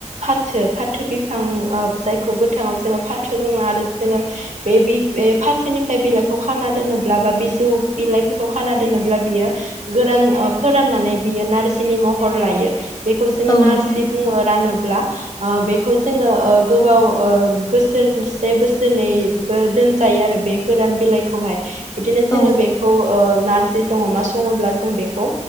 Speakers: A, on the right (about 75°); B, on the left (about 30°).
A: फाथो फाथो बिफां ओ जायखौ गोथाङाव जोङो फाथो बुङो आरो। जोङो बे बि बे फाथोनिफ्राय बिलाइखौ खाना दोनोब्ला बा बिजौ बिलाइफोरखौ खाना दोनोब्ला बियो गोरान ओ फोराननानै बेयो नारजिनि महर लायो बेखौ जोङो
B: औ
A: नारजि
B: नोंथां
A: बुङो रानोब्ला ओ बेखौ जोङो ओ गोबाव ओ बोस सोरसे बोसोरनैबो दोनजायो आरो बे गोरान बिलाइखौहाय। बिदिनो जोङो
B: औ
A: बेखौ ओ नारजिजों अमा सङोब्ला जों बेखौ